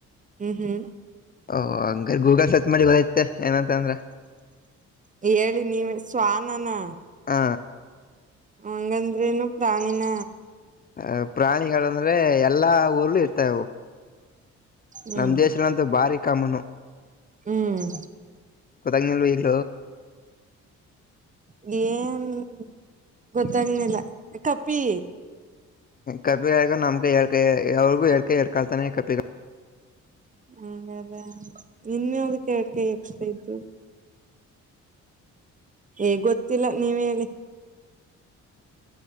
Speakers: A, on the right; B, on the left.
A: ಹ್ಮ್ ಹ್ಮ್
B: ಓ ಹಂಗ ಗೂಗಲ್ ಸರ್ಚ್ ಮಾಡಿ ಬರತ್ತೆ ಏನಂತ ಅಂದ್ರ
A: ಹೇಳಿ ನೀವ ಸ್ವಾನನಾ
B: ಹ
A: ಹಂಗಂದ್ರೆನು ಪ್ರಾಣಿನ
B: ಅ ಪ್ರಾಣಿಗಳಂದ್ರೆ ಎಲ್ಲಾ ಊರ್ಲ್ಲೂ ಇರ್ತವು
A: ಹ್ಮ್
B: ನಮ್ ದೇಶನಂತೂ ಭಾರಿ ಕಾಮನು
A: ಹ್ಮ್
B: <unintelligible>
A: <inaudible> ಏನ ಗೊತ್ತಾಗ್ನಿಲ್ಲ ಕಪಿ
B: ಕಪಿಗಳ ನಮ್ ಹೇಳ್ಕ ಅವ್ರಿಗು ಹೇಳ್ಕ ಹಡ್ ಕಾಳ್ತಾನೆ ಕಪ್ಪಿ
A: ಅ ಅದ ಇನ್ಯಾವುದು ಕೆಡ್ ಕಾಯಿ ಎಕ್ಷ್ಟ್ರಾ ಇದ್ದು ಏ ಗೊತ್ತಿಲ್ಲ ನೀವೆಲ್ಲಿ